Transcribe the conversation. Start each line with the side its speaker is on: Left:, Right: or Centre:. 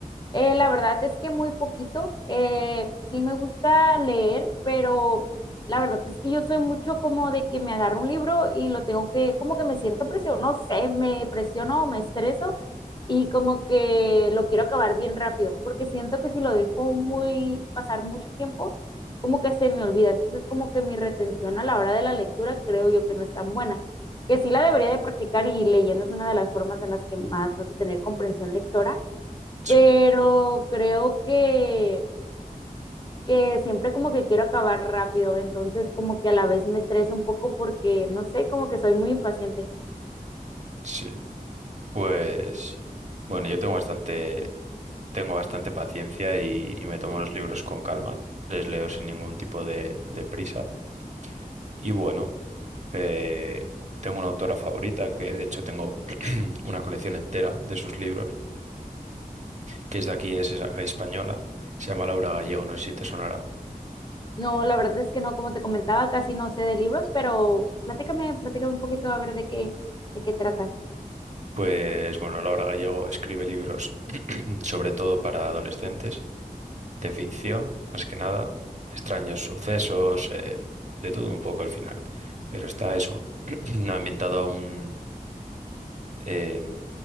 Left: Eh, la verdad es que muy poquito. Eh, sí me gusta leer, pero la verdad es que yo soy mucho como de que me agarro un libro y lo tengo que, como que me siento presionado, no sé, me presiono o me estreso y como que lo quiero acabar bien rápido, porque siento que si lo dejo muy, pasar mucho tiempo, como que se me olvida. Entonces, como que mi retención a la hora de la lectura creo yo que no es tan buena, que sí la debería de practicar y leyendo es una de las formas en las que más vas a tener comprensión lectora
Right: Sí,
Left: pero creo que, que siempre como que quiero acabar rápido, entonces como que a la vez me estreso un poco porque, no sé, como que soy muy impaciente.
Right: sí. Pues bueno, yo tengo bastante, tengo bastante paciencia y, y me tomo los libros con calma. Les leo sin ningún tipo de, de prisa. Y bueno, eh, tengo una autora favorita que de hecho tengo <clears throat> una colección entera de sus libros, que es de aquí, es esa- española. Se llama Laura Gallego, no sé si te sonará.
Left: No, la verdad es que no, como te comentaba, casi no sé de libros, pero platícame, platícame un poquito a ver de qué, de qué trata.
Right: Pues bueno, Laura Gallego escribe libros <clears throat> sobre todo para adolescentes de ficción, más que nada, extraños sucesos, eh, de todo un poco al final. Pero está eso, <clears throat> ambientado a un, eh,